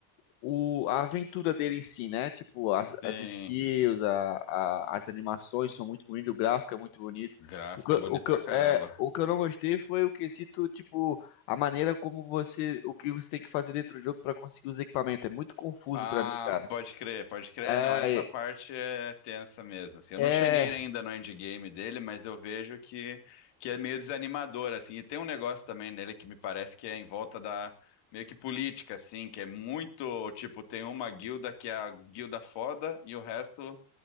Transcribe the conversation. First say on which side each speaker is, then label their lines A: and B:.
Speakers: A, on the left; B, on the left.
A: O, a aventura dele em si, né? Tipo, as,
B: Sim,
A: as skills, a, a- as animações são muito bonitas, o gráfico é muito bonito.
B: gráfica
A: O que, eu-
B: bonita
A: o que,
B: pra
A: eu-
B: caramba.
A: é, o que eu não gostei foi o quesito, tipo, a maneira como você. O que você tem que fazer dentro do jogo pra conseguir os equipamentos. É muito confuso
B: Ah,
A: pra mim, cara.
B: pode crer, pode crer. É,
A: É,
B: não, essa parte é tensa mesmo, assim. Eu
A: é.
B: não cheguei ainda no endgame dele, mas eu vejo que, que é meio desanimador, assim. E tem um negócio também nele que me parece que é em volta da meio que política, assim, que é muito, tipo, tem uma guilda que é a guilda foda e o resto